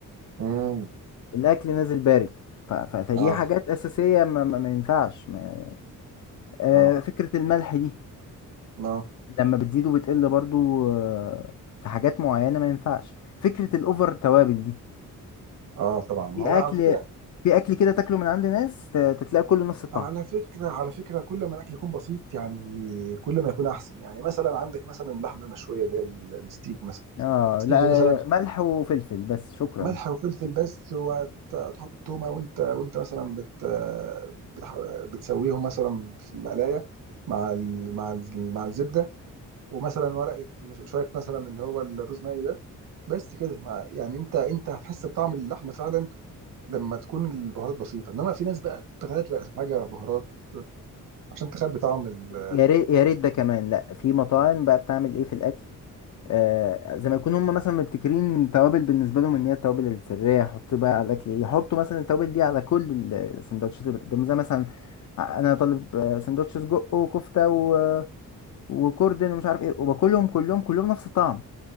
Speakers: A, on the right; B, on the left.
A: امم
B: الاكل نازل بارد ف... ف... فدي
A: اه
B: حاجات اساسيه ما, ما, ما ينفعش ما... آه
A: اه
B: فكره الملح دي
A: ما
B: لما بتزيد وبتقل برضو آه في حاجات معينه ما ينفعش فكره الاوفر توابل دي
A: اه طبعا ما
B: في
A: هو على
B: اكل
A: فكره
B: في اكل كده تاكله من عند ناس ت- تتلاقي كله نفس الطعم
A: على فكره على فكره كل ما الاكل يكون بسيط يعني كل ما يكون احسن يعني مثلا عندك مثلا اللحمه المشويه اللي هي ال- الستيك مثلا
B: اه
A: الستيك
B: لا
A: دي مثلا
B: آه، ملح وفلفل بس شكرا
A: ملح وفلفل بس وتحط تومه وانت وانت مثلا بت بتح- بتسويهم مثلا في المقلايه مع ال... مع ال... مع الزبده ومثلا ورقه شويه مثلا اللي هو الروزماري ده بس كده مع... يعني انت انت هتحس بطعم اللحمه فعلا لما تكون البهارات بسيطه انما في ناس بقى تغرق الحاجه بهارات عشان تخبي طعم ال
B: يا ريت يا ريت ده كمان لا في مطاعم بقى بتعمل ايه في الاكل آه، زي ما يكونوا هم مثلا مبتكرين توابل بالنسبه لهم ان هي التوابل السريه يحطوا بقى على الاكل إيه، يحطوا مثلا التوابل دي على كل ال- السندوتشات اللي قدامهم زي مثلا ع- انا طالب آه، سندوتش سجق وكفته و- وكوردن ومش عارف ايه وباكلهم كلهم كلهم نفس الطعم